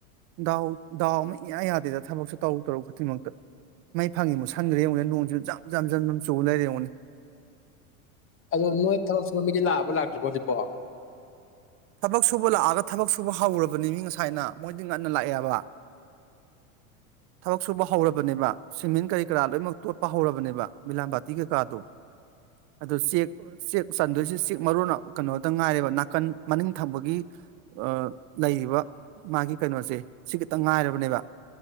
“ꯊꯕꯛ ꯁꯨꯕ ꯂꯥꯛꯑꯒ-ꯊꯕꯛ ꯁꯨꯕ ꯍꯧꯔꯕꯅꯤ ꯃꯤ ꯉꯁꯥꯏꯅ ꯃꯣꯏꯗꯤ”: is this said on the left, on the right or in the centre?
Right